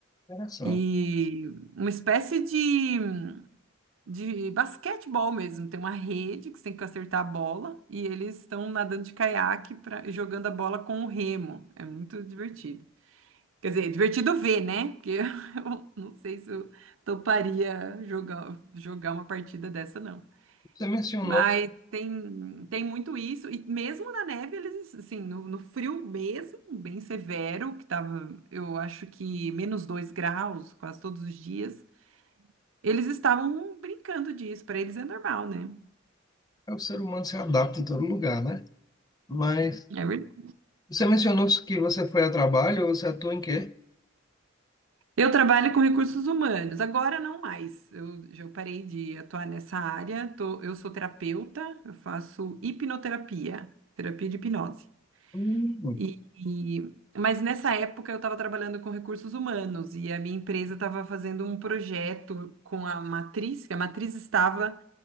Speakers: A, on the left; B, on the right.
A: Interessante.
B: E uma espécie de, de basquetebol mesmo. Tem uma rede que você tem que acertar a bola e eles estão nadando de caiaque pra, e jogando a bola com o remo. É muito divertido. Quer dizer, é divertido ver, né? Porque <laughs> eu não sei se eu toparia jogar, jogar uma partida dessa, não.
A: Você mencionou
B: Mas tem, tem muito isso. E mesmo na neve, eles, assim, no, no frio mesmo, bem severo, que tava, eu acho que menos 2 graus quase todos os dias. Eles estavam brincando disso, para eles é normal, né?
A: que o ser humano se adapta em todo lugar, né? Mas
B: É verdade.
A: você mencionou que você foi a trabalho, você atua em quê?
B: Eu trabalho com recursos humanos, agora não mais. Eu já parei de atuar nessa área. tô- eu sou terapeuta, eu faço hipnoterapia, terapia de hipnose.
A: Hum,
B: E, e- mas nessa época eu estava trabalhando com recursos humanos e a minha empresa estava fazendo um projeto com a matriz, que a matriz estava